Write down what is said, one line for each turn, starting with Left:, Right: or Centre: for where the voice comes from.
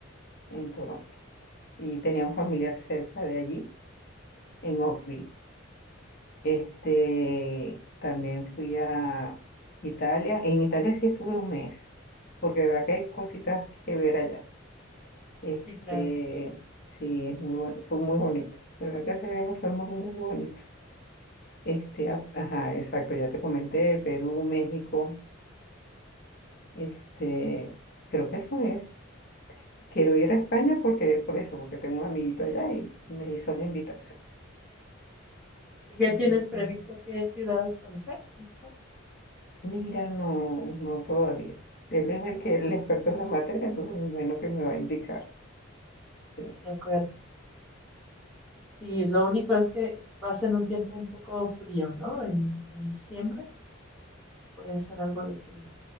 Left: en Toronto. Y tenía un familiar cerca de allí, en Oakville. Este, también fui a Italia. En Italia sí estuve un mes, porque de verdad que hay cositas que ver allá. Este,
Centre: Sí, claro.
Left: sí, es muy bueno, fue muy bonito. La verdad que ese viaje fue muy, muy bonito. Este, a- ajá, exacto, ya te comenté, Perú, México, este, creo que eso es. Quiero ir a España porque, por eso, porque tengo un amiguito allá y me hizo la invitación.
Centre: ¿Ya
Left: Entonces,
Centre: tienes previsto qué ciudades conocer en España?
Left: mira, no, no todavía. Él es el que, el experto en la materia, entonces bueno que me va a indicar. sí.
Centre: De acuerdo. Sí, lo único es que va a ser un tiempo un poco frío, ¿no? En, en diciembre puede ser algo de frío.